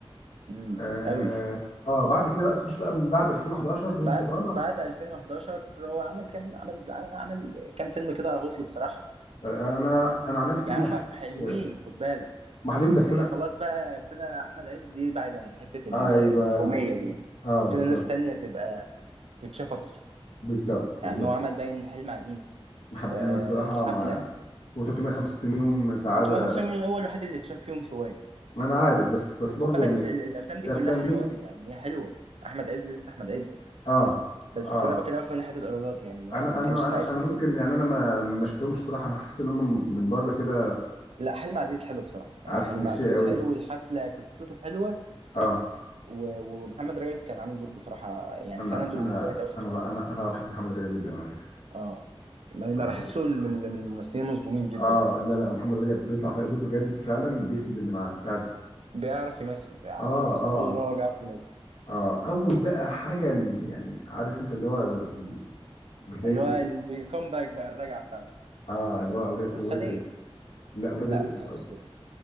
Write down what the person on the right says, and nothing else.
امم
قوي
بعد
بعد 2011 هو عمل كام عمل عمل كام فيلم كده هطل بصراحه
يعني
هما
حلوين خد بالك
بس
خلاص بقى ابتدى احمد عز يبعد عن حته ال-
النجوميه دي يعني
ابتدى
ناس تانية تبقى تتشاف اكتر
يعني هو عمل باين حلم عزيز
آه
الحفله
350 مليون هو الوحيد اللي اتشاف فيهم شويه
خد بالك
ال- ال- الافلام دي
كلها حلوه
قوي يعني هي حلوه احمد عز لسه احمد عز
بس
انا بكلمك من ناحيه الايرادات يعني ان هو
ما كانش
ساعتها
النجم
يعني
لا حلم عزيز حلو بصراحه يعني
حلم
عزيز
حلو والحفله قصته حلوه
و- ومحمد رجب كان عامل دور بصراحة يعني
سنده
جامد قوي في الدور
ده
اه ما ما
بحسه
من
من الممثلين المظلومين جدا
يعني
بيعرف يمثل عارف
من الناس اللي
بتقول ان هو بيعرف يمثل
اللي هو
الكومباك بقى الرجعة بتاعته
الخلية
لا
لا الخلية